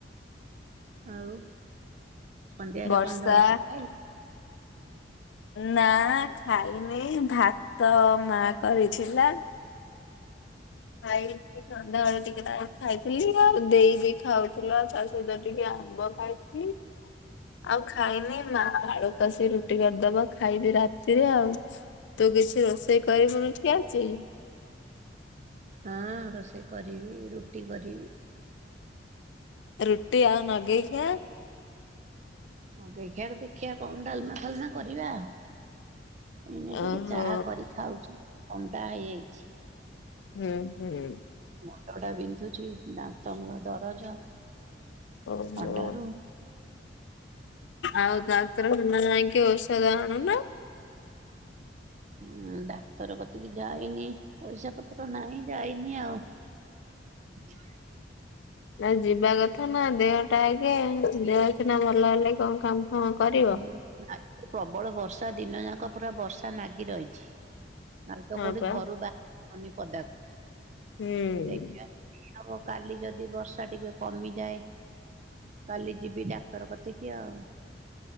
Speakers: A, on the right; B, on the left.
A: ଆଉ ସନ୍ଧ୍ୟାରେ
B: ବର୍ଷା
A: କଣ ଜଳଖିଆ। ଖାଇଲୁ?
B: ନା ଖାଇନି ଭାତ ମା କରିଥିଲା। ଖାଇଚି ସନ୍ଧ୍ୟାବେଳେ ଟିକେ ଖାଇଥିଲି ଆଉ ଦେଇ ବି ଖାଉଥିଲ ତା ସହିତ ଟିକେ ଆମ୍ବ ଖାଇ <unintelligible> ଆଉ ଖାଇନି ମା ଆଳୁ ପଶି ରୁଟି କରିଦବ ଖାଇବି ରାତିରେ ଆଉ ତୁ କିଛି ରୋଷେଇ କରିବୁନୁକି ଆଜି
A: ହଁ ରୋଷେଇ କରିବି ରୁଟି କରିବି।
B: ରୁଟି ଆଉ ନଗେଇଖିଆ <unintelligible>
A: ନଗେଇଖିଆ ରେ ଦେଖିବା କଣ ଡାଲମା ଫାଲମା କରିବା ଆଉ ଏଇନେ
B: ଓହୋ
A: ଟିକେ ଚାହା କରି ଖାଉଛି ଥଣ୍ଡା ହେଇଯାଇଛି।
B: ହୁଁ ହୁଁ
A: ମୁଣ୍ଡଟା ବିନ୍ଧୁଛି ଦାନ୍ତ ମୂଳ ଦରଜ।
B: <unintelligible>
A: ଥଣ୍ଡାରୁ।
B: ଆଉ ଡାଟରଖାନା ଯାଇକି ଔଷଧ ଆଣୁନା
A: ହଁ ଡାକ୍ତର କତିକି ଯାଇନି ପଇସା ପତ୍ର ନାହିଁ ଯାଇନି ଆଉ <unintelligible>
B: ଆଉ ଯିବା କଥା ନା ଦେହଟା ଆଗେ ଦେହସିନା ଭଲ ହେଲେ କଣ କାମ ଫାମ କରିବ।
A: ହୁଁ ପ୍ରବଳ ବର୍ଷା ଦିନ ଯାକ ପୁରା ବର୍ଷା ନାଗି ରହିଛି। ଆଉତ
B: ହଁ
A: କୋଉଠି
B: ପା
A: ଘରୁ ବାହାରି ହଉନି ପଦାକୁ
B: ହୁଁ
A: ଦେଖିବା ହବ କାଲି ଯଦି ବର୍ଷା ଟିକେ କମିଯାଏ କାଲି ଯିବି ଡାକ୍ତର କତିକି ଆଉ